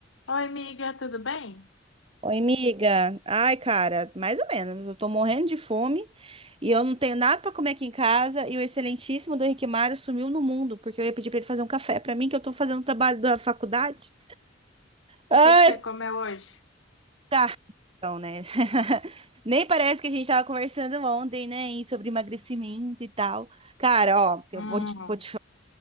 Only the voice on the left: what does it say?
Oi, amiga, tudo bem? O
que que você comeu hoje?
Hum,